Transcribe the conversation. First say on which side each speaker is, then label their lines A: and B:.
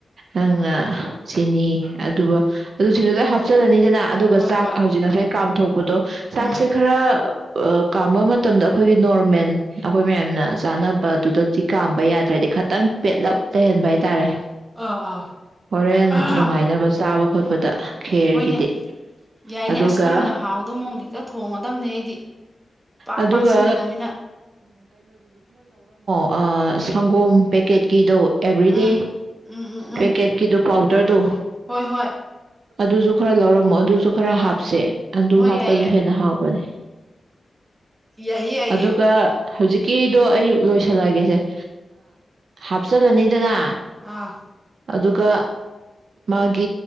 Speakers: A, on the right; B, on the right.
A: ꯑꯪ ꯆꯤꯅꯤ ꯑꯗꯨꯒ ꯑꯗꯨꯁꯤꯡꯗꯨ ꯂꯣꯏ ꯍꯥꯞꯆꯜꯂꯅꯤ ꯅ ꯑꯗꯨꯒ
B: ꯍꯣꯏ
A: ꯆꯥꯛ
B: ꯍꯣꯏ
A: ꯍꯧꯖꯤꯛ ꯉꯁꯥꯏ ꯀꯥꯝꯊꯣꯛ ꯄꯨꯗꯣ ꯆꯥꯛꯁꯦ
B: ꯎꯝ
A: ꯈꯔ ꯀꯥꯝꯕ ꯃꯇꯝꯗ ꯑꯩꯈꯣꯏꯒꯤ ꯅꯣꯔꯃꯦꯜ ꯑꯩꯈꯣꯏ ꯃꯌꯥꯝꯅ ꯆꯥꯅꯕꯗꯨꯗꯗꯤ ꯀꯥꯝꯕ ꯌꯥꯗ꯭ꯔꯦ ꯈꯤꯇꯪ ꯄꯦꯠꯂꯞ ꯂꯩꯩꯍꯟꯕ ꯍꯥꯏꯇꯥꯔꯦ
B: ꯑ ꯑꯥ
A: ꯍꯣꯔꯦꯟ
B: ꯑꯍꯝ
A: ꯅꯨꯡꯉꯥꯏꯅꯕ ꯆꯥꯕ ꯈꯣꯠꯄꯗ ꯈꯦꯔꯒꯤꯗꯤ
B: ꯍꯣꯏꯅꯦ ꯌꯥꯏꯅꯦ
A: ꯑꯗꯨꯒ
B: ꯑꯁ ꯅꯪꯅ ꯍꯥꯎꯗꯣ ꯃꯑꯣꯡ ꯍꯦꯛꯇ ꯊꯣꯡꯒꯗꯕꯅꯦ ꯑꯩꯗꯤ ꯄꯥꯛ
A: ꯑꯗꯨꯒ
B: ꯄꯥꯛꯁꯤꯟꯅꯗꯕꯅꯤꯅ
A: ꯑ ꯁꯪꯒꯣꯝ ꯄꯦꯛꯀꯦꯠꯀꯤꯗꯣ ꯑꯦꯚ꯭ꯔꯤ
B: ꯎꯝ
A: ꯗꯦ
B: ꯎꯝ ꯎꯝ
A: ꯄꯦꯛꯀꯦꯠ
B: ꯎꯝ
A: ꯀꯤꯗꯣ ꯄꯥꯎꯗꯔꯗꯣ
B: ꯍꯣꯏ ꯍꯣꯏ
A: ꯑꯗꯨꯁꯨ ꯈꯔ ꯂꯧꯔꯝꯃꯣ ꯑꯗꯨꯁꯨ ꯈꯔ
B: ꯑꯥ
A: ꯍꯥꯞꯁꯦ ꯑꯗꯨ
B: ꯍꯣꯏ
A: ꯍꯥꯞꯄꯁꯨ
B: ꯌꯥꯏꯌꯦ
A: ꯍꯦꯟꯅ ꯍꯥꯎꯕꯅꯦ
B: ꯌꯥꯏꯌꯦ ꯌꯥꯏꯌꯦ
A: ꯑꯗꯨꯒ ꯍꯧꯖꯤꯛꯀꯤꯗꯣ ꯑꯩ ꯂꯣꯏꯁꯜꯂꯒꯦꯁꯦ ꯍꯥꯞꯆꯜꯂꯅꯤꯗꯅ
B: ꯑꯥ
A: ꯑꯗꯨꯒ ꯃꯥꯒꯤ